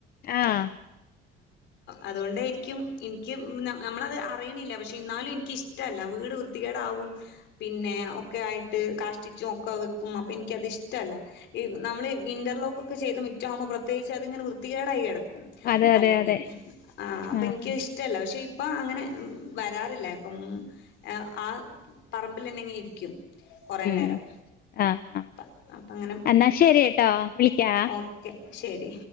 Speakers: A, on the left; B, on the left.
A: ആഹ്
B: അതുകൊണ്ടായിരിക്കും എനിക്ക് നമ്മളത് അറിയണില്ല പക്ഷെ എന്നാലും എനിക്ക്ഷ ഇല്ല വീട് വൃത്തികേടാവും പിന്നെ ഒക്കെ ആയിട്ട് കാഷ ട്ടിച്ച് ഒക്കെ വെക്കും അപ്പൊ എനിക്കത്ഷ്ടല്ല ഈ നമ്മള് ഇന്റർലോക്കക്കെ ചെയ്ത മുറ്റാകുമ്പോൾ പ്രത്യേകിച്ച് അതിങ്ങനെ വൃത്തികേടായി കിടക്കും
A: അതെ അതെ
B: അല്ലെങ്കിൽ
A: അതെ
B: ആ അപ്പൊ
A: ആഹ്
B: എനിക്ക് ഇഷ ഇ്ടല്ല പക്ഷെ ഇപ്പം അങ്ങനെ വരാറില്ല ഇപ്പം ആ പറമ്പിൽ തന്നെ ഇങ്ങെ ഇരിക്കും കുറെ
A: ഉം
B: നേരം
A: ആഹ് ആഹ്
B: പ്പാ അപ്പ അങ്ങനെ
A: എന്നാ ശെരി ട്ടോ വിളിക്കാ
B: ഓക്കെ ശരി